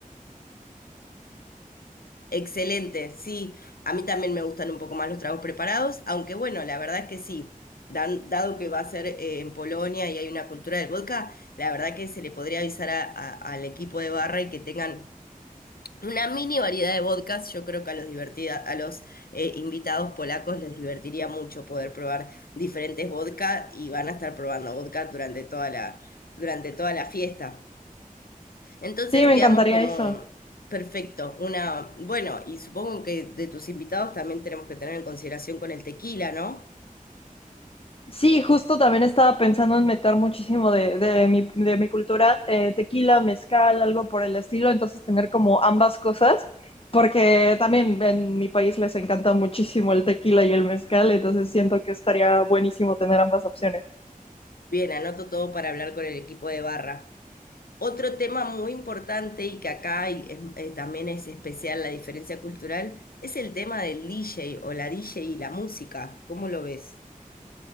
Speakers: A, on the left (about 90°); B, on the left (about 40°).
A: excelente, sí. A mí también me gustan un poco más los tragos preparados, aunque bueno, la verdad es que sí. Dan- dado que va a ser eh, en Polonia y hay una cultura del vodka, la verdad que se le podría avisar a- a- al equipo de barra y que tengan Una mini variedad de vodkas, yo creo que a los divertida, a los eh, invitados polacos les divertiría mucho poder probar diferentes vodka y van a estar probando vodka durante toda la, durante toda la fiesta. Entonces
B: Sí, me
A: quedamos
B: encantaría
A: como
B: eso.
A: perfecto. Una, bueno, y supongo que de tus invitados también tenemos que tener en consideración con el tequila, ¿no?
B: Sí, justo también estaba pensando en meter muchísimo de, de mi, de mi cultura, eh, tequila, mezcal, algo por el estilo, entonces tener como ambas cosas, porque también en mi país les encanta muchísimo el tequila y el mezcal, entonces siento que estaría buenísimo tener ambas opciones.
A: Bien, anoto todo para hablar con el equipo de barra. Otro tema muy importante y que acá hay- es- eh, también es especial la diferencia cultural es el tema del DJ o la DJ y la música. ¿Cómo lo ves?